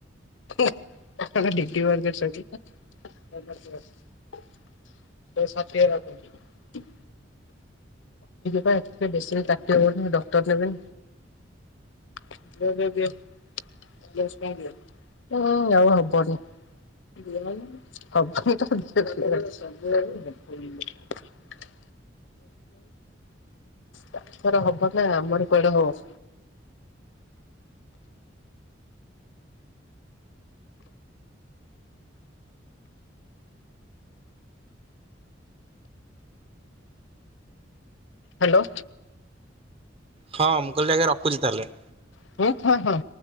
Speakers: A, on the left (about 80°); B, on the right (about 30°).
A: <unintelligible> <inaudible> <unintelligible> ଷାଠିଏ <unintelligible> କଟିକି ବା ଏଥିରେ ବେଶୀ କାଟି ହବନି ଡକ୍ଟର୍ ନେବେ। <inaudible> <inaudible> ତାଙ୍କର ହବନି ଆମର କୁଆଡେ ହବ। ହାଲୋ।
B: ହଁ ମୁଁ କିହିଲି ଆଜ୍ଞା ରଖୁଚି ତାହେଲେ।
A: <unintelligible> ହଁ-ହଁ।